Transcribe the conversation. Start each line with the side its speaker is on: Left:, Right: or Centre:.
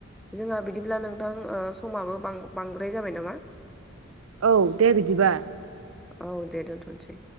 Centre: जोंहा बिदिब्ला नोंथां समाबो बांद्राय जाबाय नामा
Right: औ दे बिदिबा
Centre: औ दे दोनथ'नोसै